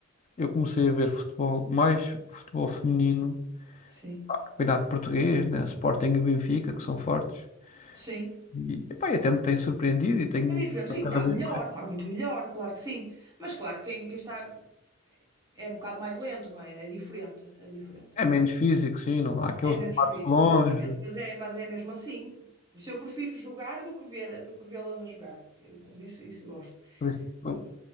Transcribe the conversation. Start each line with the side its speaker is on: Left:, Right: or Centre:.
Left: eu comecei a ver futebol, mais futebol feminino,
Right: sim,
Left: campeonato português, né, Sporting e Benfica, que são fortes,
Right: sim.
Left: e, epá, e até me tem surpreendido e tenho
Right: É diferente, sim,
Left: cada
Right: está
Left: vez
Right: melhor, está muito melhor, claro que sim. Mas claro, quem, quem está é um bocado mais lento, não é? É diferente, é diferente.
Left: é menos físico, sim, não há aqueles
Right: É menos
Left: debates
Right: físico,
Left: longe,
Right: exatamente. Mas é, mas é mesmo assim. Se eu prefiro jogar do que ver, do que vê-las a jogar. Eh, Mas isso, isso gosto.
Left: por isso, eu
Right: Mas,